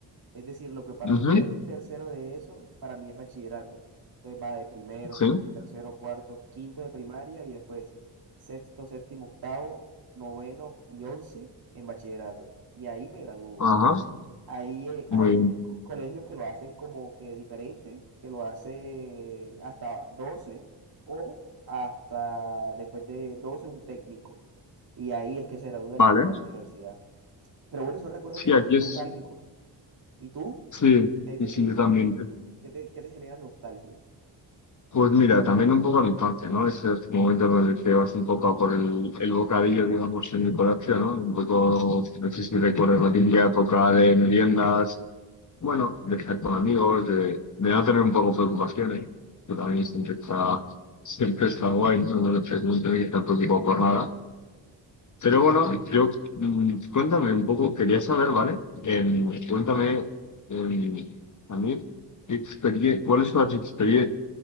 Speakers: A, on the right; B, on the left.
A: Es decir, lo que para
B: Ujú,
A: ustedes es tercero de eso, para mí es bachillerato. Entonces va de primero, segundo,
B: sí,
A: tercero, cuarto, quinto de primaria y después sexto, séptimo, octavo, noveno y once en bachillerato. Y ahí me gradúo.
B: ajá,
A: Hay, eh,
B: muy
A: hay
B: bien.
A: co- colegios que lo hacen como que diferente, que lo hacen hasta 12 o hasta después de 12 un técnico. Y ahí es que se gradúan
B: Vale,
A: y entran a la universidad. Pero bueno, esos recuerdos
B: sí,
A: siempre
B: aquí
A: son
B: es,
A: nostálgicos. ¿Y tú?
B: sí,
A: ¿Qué hay de
B: y sí,
A: ti?
B: yo
A: ¿Qué
B: también.
A: hay de- qué te, qué te genera nostalgia?
B: Pues mira, también un poco en la infancia, ¿no? Ese es el momento en el que vas un poco a por el, el bocadillo, digamos, en el colegio, ¿no? Un poco, no sé si recuerdas la típica época de meriendas, bueno, de estar con amigos, de, de no tener un poco preocupaciones, que también siempre está, siempre está guay, ¿no? No te- no tener que estar preocupado por nada. Pero bueno, yo mm, cuéntame un poco, quería saber, ¿vale? Em, cuéntame em, a mí qué experie- cuáles son las experie-